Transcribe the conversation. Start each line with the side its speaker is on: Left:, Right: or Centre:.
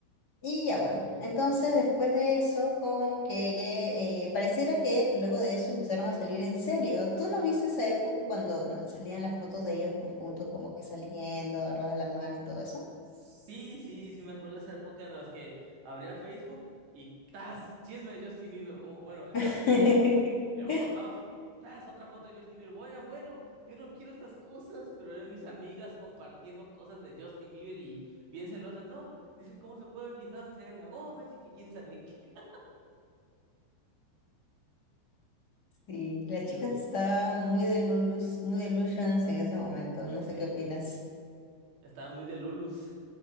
Left: Y ya bueno,
Right: Ujú.
Left: entonces después de eso, como que eh, eh, pareciera que luego de eso empezaron a salir en serio. ¿Tú no viste esa época cuando na- salían las fotos de ellos pues, juntos, como que saliendo, agarrados de la mano y todo eso?
Right: Sí, sí, sí, me acuerdo de esa época en las que abría Facebook y ¡tas! Chisme de Justin Bieber. Oh, bueno, está
Left: <laughs>
Right: bien, entiendo. Luego bajabas, ¡tas! Otra foto de Justin Bieber. Oigan, bueno, yo no quiero estas cosas, pero eran mis amigas compartiendo cosas de Justin Bieber y bien celosas. No, es que cómo se puede haber fijado en Selena Gómez y que quién sabe qué. <laughs>
Left: Sí, las
Right: Pero,
Left: chicas estaban muy delulus, muy delusionals en ese momento.
Right: ay,
Left: No sé
Right: Dios
Left: qué opinas.
Right: mío. Estaba muy de Lulus.